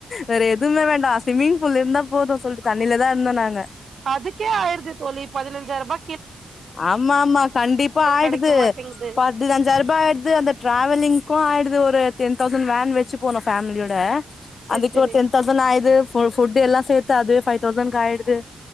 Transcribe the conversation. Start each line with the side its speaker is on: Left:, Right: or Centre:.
Left: வேற எதுவுமே வேண்டா ஸ்விம்மிங் ஃபூல்ல இருந்தா போது சொல்லிட்டு தண்ணில தா இருந்தோ நாங்க
Right: அதுக்கே ஆயிருது தோழி பதினஞ்சாயிர ரூபா
Left: ஆமா ஆமா கண்டிப்பா ஆயிடுது
Right: கெடைக்க மாட்டேங்குது
Left: பதினஞ்சாயிர ரூபா ஆயிடுது அந்த டிராவலிங்கு ஆயிடு அது ஒரு டென் தௌசண்ட் வேன் வெச்சி போனே ஃபேமிலியோட
Right: செரி
Left: அதுக்கு
Right: செரி
Left: ஒரு டென் தௌசண்ட் ஆயிடுது ஹோல் ஃபுட் எல்லா சேத்து அதுவே பைவ் தௌசண்கு ஆயிடுது